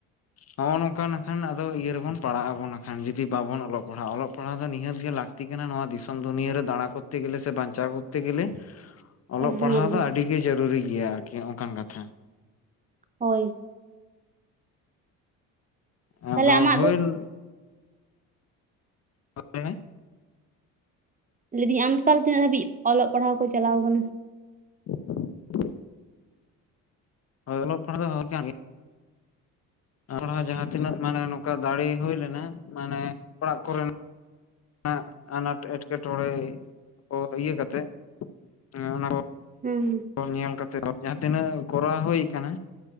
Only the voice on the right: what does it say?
ᱮᱠᱫᱚᱢ
ᱮᱠᱫᱚᱢ
ᱦᱳᱭ᱾
ᱛᱟᱦᱚᱞᱮ ᱟᱢᱟᱜ
ᱫᱚ
ᱞᱟᱹᱭ ᱫᱤᱧ ᱟᱢ ᱛᱟᱞᱦᱮ ᱛᱤᱱᱟᱹᱜ ᱫᱷᱟᱹᱵᱤᱡ ᱚᱞᱚᱜ ᱯᱟᱲᱦᱟᱣ ᱠᱚ ᱪᱟᱞᱟᱣ ᱠᱟᱱᱟ?
ᱦᱩᱸ ᱦᱩᱸ᱾